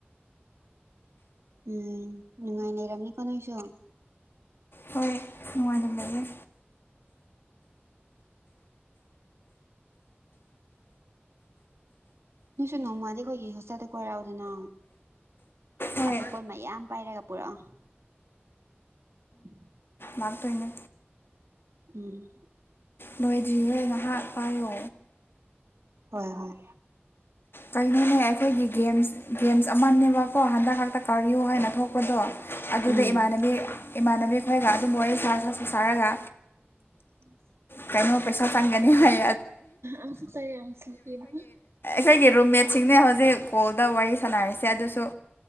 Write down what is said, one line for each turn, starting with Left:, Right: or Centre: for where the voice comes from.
Right: ꯎꯝ ꯅꯨꯡꯉꯥꯏ ꯂꯩꯔꯝꯅꯤꯀꯣ ꯅꯣꯏꯁꯨ
Left: ꯍꯣꯏ ꯅꯨꯡꯉꯥꯏꯅ ꯂꯩꯌꯦ
Right: ꯅꯣꯏꯁꯨ ꯅꯣꯡꯃꯗꯤ ꯑꯩꯈꯣꯏꯒꯤ ꯍꯣꯁꯇꯦꯜꯗ ꯀꯣꯏꯔꯛꯑꯣꯗꯅ
Left: ꯍꯣꯏ
Right: ꯑꯆꯥꯄꯣꯠ ꯃꯌꯥꯝ ꯄꯥꯏꯔꯒ ꯄꯨꯔꯛꯑꯣ ꯎꯝ
Left: ꯃꯥꯛꯇꯅ
Right: ꯎꯝ
Left: ꯕꯣꯏꯗ꯭ꯔꯤꯉꯩ ꯉꯥꯏꯍꯥꯛ ꯄꯥꯏꯌꯣ
Right: ꯍꯣꯏ ꯍꯣꯏ
Left: ꯀꯩꯅꯣꯅꯦ ꯑꯩꯈꯣꯏꯒꯤ ꯒꯦꯝꯁ ꯒꯦꯝꯁ ꯑꯃꯅꯦꯕꯀꯣ ꯍꯟꯗꯛ ꯍꯥꯛꯛꯇ ꯀꯥꯔꯤꯌꯣ ꯍꯥꯏꯅ ꯊꯣꯛꯄꯗꯣ ꯑꯗꯨꯗ
Right: ꯎꯝ
Left: ꯏꯃꯥꯟꯅꯕꯤ ꯏꯃꯥꯟꯅꯕꯤ ꯑꯩꯈꯣꯏꯒ ꯑꯗꯨꯝꯝꯕ ꯋꯥꯔꯤ ꯁꯥꯔꯒ
Right: ꯎꯝ
Left: ꯀꯩꯅꯣ ꯄꯩꯁꯥ ꯇꯪꯒꯅꯤ ꯍꯥꯏ
Right: ꯑꯁꯨ ꯇꯥꯏ ꯑꯁꯤ ꯄꯅ
Left: ꯑꯩꯈꯣꯏꯒꯤ ꯔꯨꯝꯃꯦꯠꯁꯤꯡꯅꯦ ꯍꯧꯖꯤꯛ ꯀꯣꯜꯗ ꯋꯥꯔꯤ ꯁꯥꯟꯅꯔꯤꯁꯦ ꯑꯗꯨ ꯇ